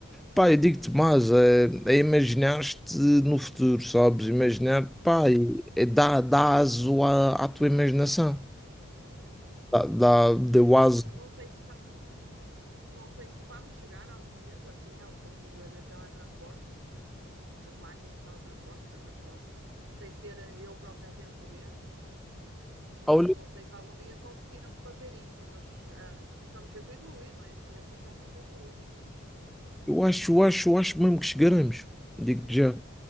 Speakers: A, in the centre; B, on the right (about 65°).
A: Pá, eu digo-te mais, é, é imaginar-te no futuro, sabes? Imaginar, pá,
B: Sim,
A: e- é dá, dá aso à, à tua imaginação.
B: mesmo.
A: Dá, dá, deu
B: É
A: aso.
B: verdade. Não sei se vamos, não sei se vamos chegar alguma vez assim ao ponto de haver teletransporte. Essas máquinas de teletransporte, agora falando, sem ser eu própria a ter o poder, mas hum,
A: Ah, Olha,
B: não sei se algum dia conseguirão fazer isso, mas ah, estamos sempre a evoluir, não é? A ciência está sempre a evoluir.
A: eu acho, eu acho, eu acho mesmo que chegaremos. Digo-te já,